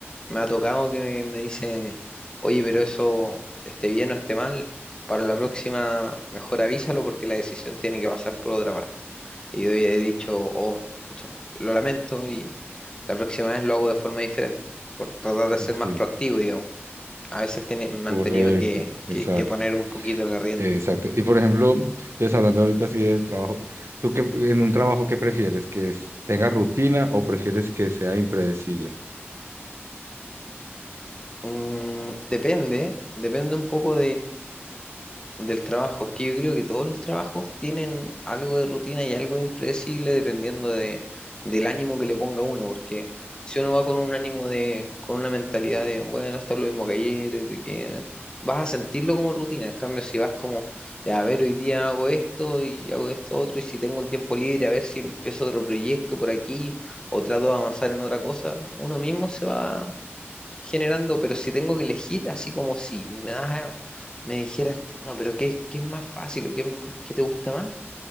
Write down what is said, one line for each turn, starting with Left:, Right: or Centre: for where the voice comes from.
Left: me ha tocado que me dicen, oye, pero eso esté bien o esté mal, para la próxima mejor avísalo porque la decisión tiene que pasar por otra parte. Y yo ya he dicho, oh, pucha, lo lamento y la próxima vez lo hago de forma diferente, por tratar de ser
Right: sí,
Left: más proactivo, digamos. A veces tiene, me
Right: correcto,
Left: han tenido que,
Right: exacto,
Left: que- que poner un poquito la rienda.
Right: eh, exacto. Y por ejemplo, entonces hablando ahorita así de trabajo, ¿tú qué, en un trabajo qué prefieres? ¿Que es- tenga rutina o prefieres que sea impredecible?
Left: Mm, depende, depende un poco Del trabajo, es que yo creo que todos los trabajos tienen algo de rutina y algo de impredecible dependiendo de, del ánimo que le ponga uno, porque si uno va con un ánimo de, con una mentalidad de, bueno, esto es lo mismo que ayer, de que vas a sentirlo como rutina, en cambio si vas como, de, a ver, hoy día hago esto y hago esto otro, y si tengo un tiempo libre, a ver si empiezo otro proyecto por aquí o trato de avanzar en otra cosa, uno mismo se va generando, pero si tengo que elegir, así como si me das, a- me dijeras, no, pero ¿qué, qué es más fácil o qué, m- qué te gusta más?